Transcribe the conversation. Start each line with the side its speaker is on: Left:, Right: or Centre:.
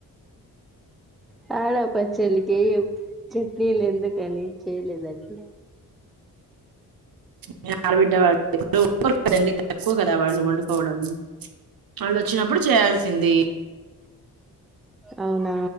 Centre: తాజా పచ్చడికి చట్నీలు ఎందుకని చేయలేదండ్
Right: మీ ఆడబిడ్డ వాళ్లు <unintelligible> తక్కువ కదా వాళ్ళు వండుకోవడం వాళ్ళు వచ్చినప్పుడు చేయాల్సింది
Centre: అవునా